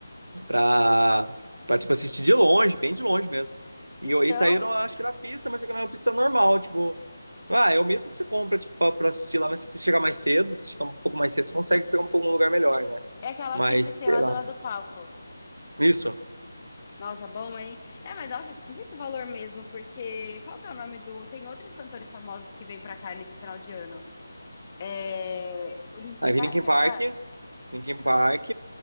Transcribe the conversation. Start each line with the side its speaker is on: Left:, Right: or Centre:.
Right: pra, pra tipo, assistir de longe, bem de longe mesmo.
Left: Então,
Right: E eu, isso aí eu não acho que era pista, mas isso aqui era uma pista normal, tipo. Ah, é o mesmo que você compra, tipo, pra, pra assistir lá, mas se você chegar mais cedo, se você chegar um pouco mais cedo, você consegue chegar um pouco um lugar melhor, né?
Left: é aquela
Right: Mas,
Left: pista que tem
Right: sei
Left: lá
Right: lá.
Left: do lado do palco.
Right: Isso.
Left: Nossa, bom, hein? É, mas nossa, é esquisito o valor mesmo, porque qual que é o nome do. Tem outros cantores famosos que vêm pra cá nesse final de ano. É. O Linkin
Right: Aí vem
Left: Park,
Right: Linkin
Left: não
Right: Park,
Left: é?
Right: Linkin Park.